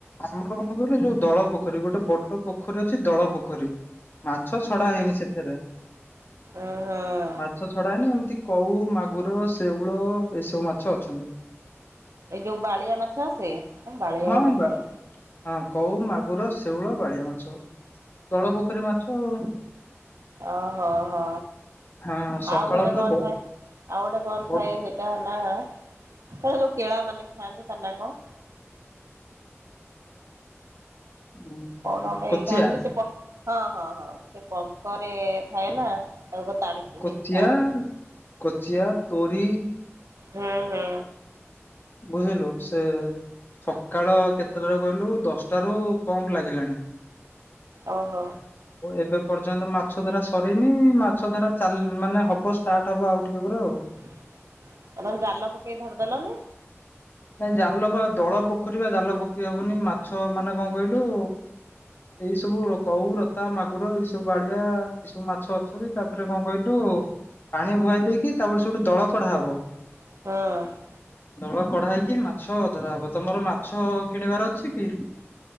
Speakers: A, on the left; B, on the right.
A: ଆମର କଁ କହିଲୁ ଯୋଉ ଦଳ ପୋଖରୀ ଗୋଟେ ବଡ ପୋଖରୀ ଅଛି ଦଳ ପୋଖରୀ। ମାଛ ଛଡା ହେଇନି ସେଥେରେ।
B: ଓହୋ।
A: ମାଛ ଛଡା ହେଇନି ଏମତି କଉ ମାଗୁର ଶେଉଳ ଏସବୁ ମାଛ ଅଛନ୍ତି।
B: ଏଇ ଯୋଉ ବାଳିଆ ମାଛ ଆସେ। ବାଳିଆ
A: ହଁ
B: ଗୋଟେ ଥାଏ
A: ବା। ହଁ କଉ, ମାଗୁର, ଶେଉଳ, ବାଳିଆ ମାଛ ଦଳ ପୋଖରୀ ମାଛ ଆଉ
B: ଓହୋହୋ
A: ହଁ ସକାଳଠୁ
B: ଆଉ ଗୋଟେ କଣ
A: ବହୁତ
B: ଥାଏ? ଆଉ ଗୋଟେ କଣ
A: ବହୁତ,
B: ଥାଏ ସେଟା ହେଲା, ସେଟା ଯୋଉ କେଳା ମାନେ ଖାଆନ୍ତି ତା ନା କଣ?
A: ଉଁ
B: କଣ ଗୋଟେଇ
A: କୋଚିଆ
B: ଖାଆନ୍ତିନି ସେ ପ ହଁ, ହଁ, ହଁ। ସେ ପଙ୍କରେ ଥାଏ ନା ତାକୁ ଯୋଉ ତାଡିକି
A: କୋଚିଆ
B: ନେଇକି ଖାଆନ୍ତି।
A: କୋଚିଆ, ତୋରି
B: ହୁଁ, ହୁଁ।
A: ବୁଝିଲୁ ସେ ସକାଳ କେତେଟାରୁ କହିଲୁ ଦଶଟାରୁ ପମ୍ପ୍ ଲାଗିଲାଣି।
B: ଅହ।
A: ଏବେ ପର୍ଯ୍ୟନ୍ତ ମାଛ ଧରା ସରିନି। ମାଛ ଧରା ଚାଲ୍ ମାନେ ହବ ଷ୍ଟାର୍ଟ ହବ ଆଉ ଟିକେ ପରେ ଆଉ
B: ଆଉ ନହେଲେ ଜାଲ ପକେଇ ଧରଦେଲନି।
A: ନାଇ ଜାଲ ପା ଦଳ ପୋଖରୀ ଵା ଜାଲ ପକେଇ ହବନି ମାଛ ମାନେ କଁ କହିଲୁ? ଏଇ ସବୁ କଉ, ରତା, ମାଗୁର ଏଇ ସବୁ ବାଳିଆ ଏ ସବୁ ମାଛ ଅଛନ୍ତି ତାପରେ କଁ କହିଲୁ? ପାଣି ଭୁଆ ଦେଇକି ତାପରେ ସେଇଠୁ ଦଳ କଢା ହବ।
B: ହଁ।
A: ଦଳ କଢା ହେଇକି ମାଛ ଧରାହବ ତମର ମାଛ କିଣିବାର ଅଛି କି?